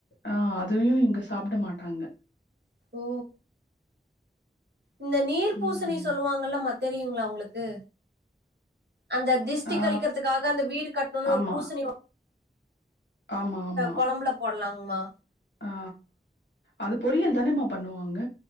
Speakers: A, on the left (about 90°); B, on the right (about 70°).
A: ஆ அதுலியு இங்க சாப்ட மாட்டாங்க
B: ஓ இந்த நீர்பூசணி
A: ம்
B: சொல்லுவாங்கலமா தெரியுங்ளா ஒங்ளுக்கு அந்த திஸ் ட்டி
A: ஆ
B: கழிக்கிறதுக்காக அந்த வீடு கட்ணோன
A: ஆமா
B: ஒரு பூசணி
A: ஆமா ஆமா
B: கொழம்புல போடலாங்மா
A: ஆ அது பொரியல் தானேமா பண்ணுவாங்க